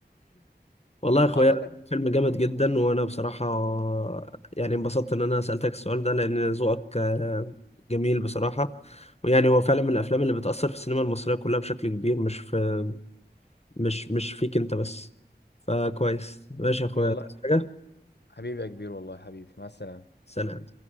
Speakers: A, on the left; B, on the left.
A: والله يا اخويا
B: اعتقد
A: فيلم جامد جدا وانا بصراحه يعني انبسطت ان انا سالتك السؤال ده لان ذوقك آه، جميل بصراحه ويعني هو فعلا من الافلام اللي بتاثر في السينما المصريه كلها بشكل كبير مش في مش مش فيك انت بس فكويس ماشي يا اخويا
B: والله
A: عايز حاجه
B: حبيبي يا كبير والله حبيبي مع السلامه
A: سلام